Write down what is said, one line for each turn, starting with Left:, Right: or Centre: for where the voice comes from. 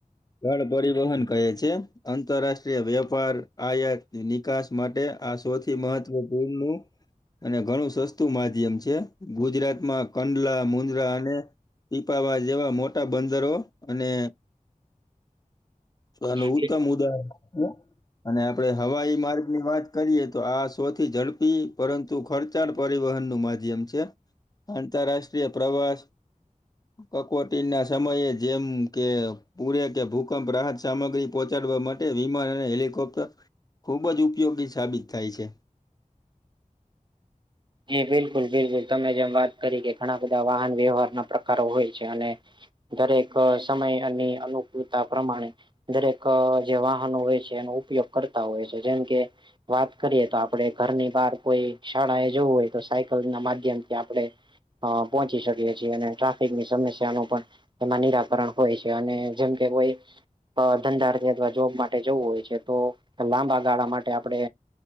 Left: ઘણ પરિવહન કહે છે. આંતરરાષ્ટ્રીય વેપાર આયાત નિકાસ માટે આ સૌથી મહત્વપૂર્ણ અને ઘણું સસ્તું માધ્યમ છે ગુજરાતમાં કંડલા, મુન્દ્રા અને પીપાવાવ જેવા મોટા બંદરો અને તોનું
Right: જી
Left: ઉત્તમ ઉદા અને આપણે હવાઈ માર્ગ ની વાત કરીએ તો આ સોથી ઝડપી પરંતુ ખર્ચ ળ પરિવહન નું માધ્યમ છે આંતરરાષ્ટ્રીય પ્રવાસ કટોકટી ના સમયે જેમ કે પૂર કે ભૂકંપ રાહત સામગ્રી પહોંચાડવા માટે વિમાન અને હેલિકોપ્ટર ખૂબ જ ઉપયોગી સાબિત થાય છે.
Right: એ બિલકુલ બિલકુલ તમે જેમ વાત કરી કે ઘણા બધા વાહન વ્યવહાર ના પ્રકારો હોય છે અને દરેક સમયની અનુકૂળતા પ્રમાણે દરેક જે વાહનો હોય છે એનો ઉપયોગ કરતા હોય છે જેમ કે વાત કરીએ તો આપડે ઘરની બહાર કોઈ શાળા એ જોવું હોય તો સાયકલ ના માધ્યમથી આપણેે પહોંચી શકીએ છીએ અને ટ્રાફિકની સમસ્યા નુ પણ એમાં નિરાકરણ હોય છે અને જેમ કે કોઈ ધંધાર્થી અથવા જોબ માટે જવું હોય છે તો લાંબા ગાળા માટે આપણે